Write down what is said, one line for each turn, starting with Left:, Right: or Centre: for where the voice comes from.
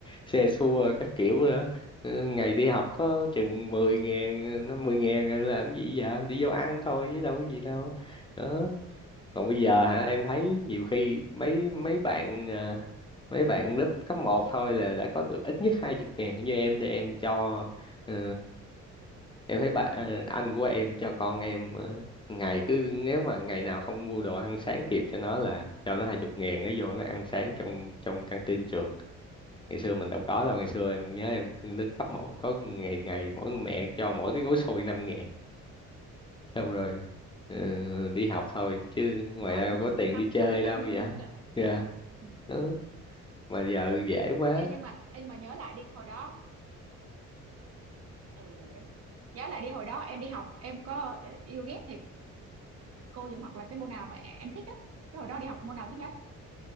Left: xe xua các kiểu nữa Ừ, ngày đi học có chừng mười ngàn năm mươi ngàn làm cái gì vậy đi vô ăn thôi chứ đâu có gì đâu đó còn bây giờ hả em thấy nhiều khi mấy mấy
Right: ừ,
Left: bạn ờ, mấy bạn lớp cấp một thôi là đã có được ít nhất hai chục ngàn như em thì em cho ờ, em thấy ba ờ, anh của em cho con em ờ, ngày cứ nếu mà ngày nào không mua đồ ăn sáng kịp cho nó là cho nó hai chục ngàn nó vô nó ăn sáng trong trong căng tin trường ngày xưa mình đâu có đâu ngày xưa em nhớ em lớp cấp một có ngày ngày mỗi mẹ cho mỗi cái gói xôi năm xong rồi ờ, đi học thôi chứ ngoài
Right: có
Left: ra
Right: là
Left: đâu
Right: mừng
Left: có tiền
Right: rồi ha
Left: đi chơi
Right: có được anh
Left: đâu
Right: là
Left: vậy
Right: mừng rồi
Left: dạ
Right: ừ.
Left: ừ. mà giờ dễ quá
Right: em nhưng mà em nhưng mà nhớ lại đi hồi đó ừ giờ dễ quá nhớ lại đi hồi đó em đi học em có ờ, yêu ghét thầy cô gì hoặc là cái môn nào mà em thích á cái hồi đó đi học môn nào thích nhất